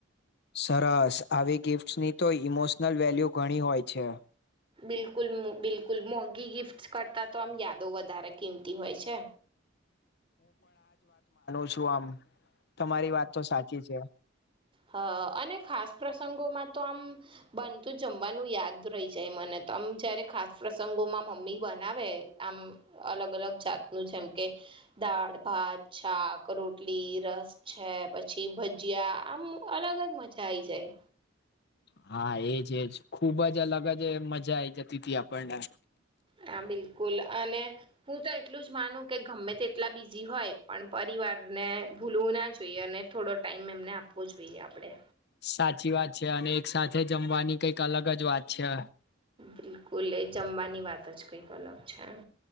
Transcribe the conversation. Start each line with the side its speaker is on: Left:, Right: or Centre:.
Left: સરસ આવી ગિફ્ટ્સની તો ઇમોશનલ વેલ્યુ ઘણી હોય છે
Right: બિલકુલ બિલકુલ મોગી ગિફ્ટસ કરતા તો આમ યાદો વધારે કિમતી હોય છે
Left: પછ આમ તમારી વાત તો સાચી છે
Right: હ અને ખાસ પ્રસંગોમાં તો આમ બનતું જમવાનું યાદ રહી જાય મને તો આમ જયારે ખાસ પ્રસંગોમાં મમ્મી બનાવે આમ અલગ અલગ જાતનું જેમ કે દાળ ભાત શાક રોટલી રસ છે પછી ભજીયા આમ અલગ જ મજા આઈ જાય
Left: હા એજ એજ ખુબ જ અલગ જ મજા એ જતી હતી આપણને
Right: હા બિલકુલ અને હું તો એટલું જ માનું કે ગમે તે એટલા બીઝ હોય પણ પરિવારને ભૂલવું ના જ સુઈ અને થોડો ટાઈમ એમને આપો આપવ જોઈએ આપણે
Left: સાચી વાત છે અને એક સાથે જમવાની કઈક અલગ જ વાત છે
Right: બિલકુલ એ જમવાની વાત જ કઈક અલગ છે એમ